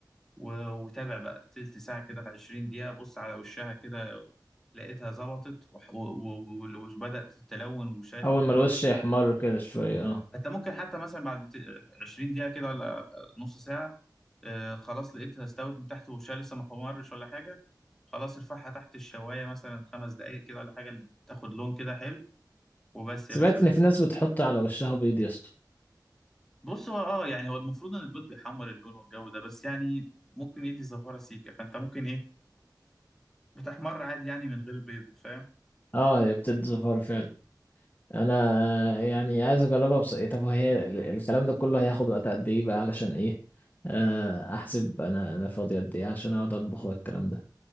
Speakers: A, in the centre; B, on the left.
A: و... وتابع بقى تلت ساعة كده 20 دقيقة بص على وشها كده لقيتها ظبطت وح- و- و- و- وبدأت تتلون وشها ياخد
B: أول ما
A: لون
B: الوش يحمر كده شوية اه
A: انت ممكن حتى مثلا بعد ت- 20 دقيقة كده ولا نص ساعة آه، خلاص لقيتها استوت من تحت وشها لسه ما حمرش ولا حاجة خلاص ارفعها تحت الشواية مثلا خمس دقايق كده ولا حاجة تاخد لون كده حلو وبس
B: سمعت
A: يا باشا
B: إن في ناس بتحط على وشها بيض يا اسطى
A: بص هو اه يعني هو المفروض ان البيض بيحمر اللون والجو ده بس يعني ممكن يدي زفارة سيكة فانت ممكن ايه بتحمر عادي يعني من غير بيض فاهم
B: اه هي بتدي زفارة فعلا أنا يعني عايز أجربها بس إيه، طب وهي ال- الكلام ده كله هياخد وقت قد إيه بقى علشان إيه آه، أحسب أنا أنا فاضي قد إيه عشان أقعد أطبخ والكلام ده